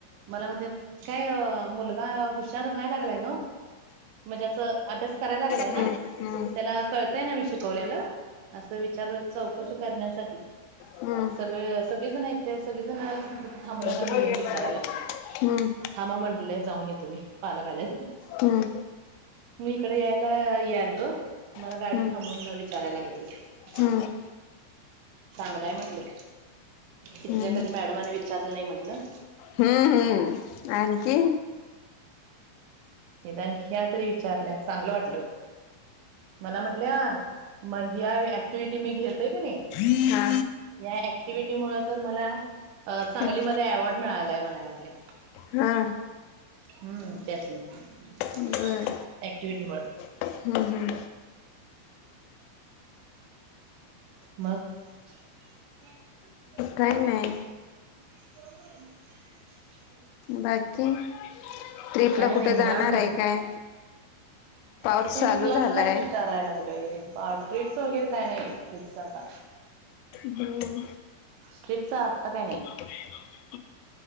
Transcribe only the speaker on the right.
मला म्हणतात काय मुलगा हुशार व्हायला लागलाय नव? म्हणजे अस अभ्यास करायला लागलाय
ना?
त्याला कळतय ना मी शिकवल्यालं? असं विचार चौकशी करण्यासाठी
सगळे सगळेजण यथे सगळेजण तिथे थांबवलात
आणि येऊन
विचारायला
लागलं. थांबा म्हंडले जाऊन येतो मी पालक आल्यात
मी इकडे यायला यायल तो मला
गाडी थांबवून विचारायला लागलेलीत.
चांगलाय म्हंटलं तथल्या
कधी मॅडमनी चाल नाही म्हटलं.
निदान ह्या तरी विचारल्यास चांगलं वाटलं. मला म्हटल्या म ऍक्टिव्हटी मी घेतय का नाही.
या ऍक्टिव्हटी मुळ तर मला सांगलीमध्ये
अवॉर्ड मिळालाय म्हणायला लागल्या.
हम्म त्याच नाही
ऍक्टिविटीमुळे
मग? <unintelligible>
<unintelligible>
काय
नाही निवांत
कुठं
मी क्लासलाच
विचारायला लागलोय. ट्रीटस वगैरे काय नाही फकिस आता.
टरिपच आत्ता काय नाही